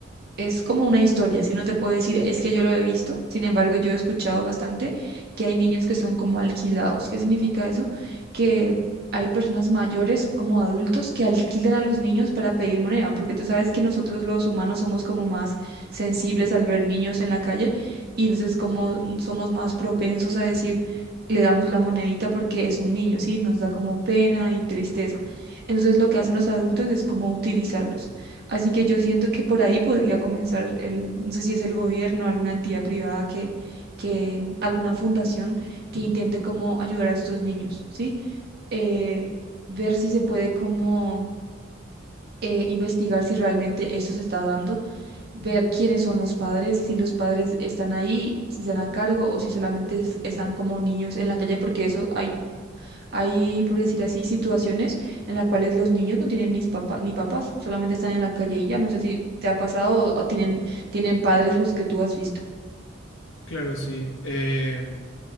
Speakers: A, on the right; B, on the left.
A: es como una historia, si no te puedo decir, es que yo lo he visto, sin embargo, yo he escuchado bastante que hay niños que son como alquilados. ¿Qué significa eso? Que hay personas mayores como adultos que alquilan a los niños para pedir moneda, porque tú sabes que nosotros los humanos somos como más sensibles al ver niños en la calle y entonces como somos más propensos a decir, le damos la monedita porque es un niño, ¿sí? Nos da como pena y tristeza. Entonces lo que hacen los adultos es como utilizarlos. Así que yo siento que por ahí podría comenzar el, no sé si es el gobierno, alguna entidad privada que, que, alguna fundación que intente como ayudar a estos niños, ¿sí? Eh, ver si se puede como eh, investigar si realmente esto se está dando, ver quiénes son los padres, si los padres están ahí, si están a cargo o si solamente es- están como niños en la calle, porque eso hay hay, por decir así, situaciones en las cuales los niños no tienen ni papás, ni papás, solamente están en la calle y ya. No sé si te ha pasado o tienen, tienen padres los que tú has visto.
B: Claro, sí. Em,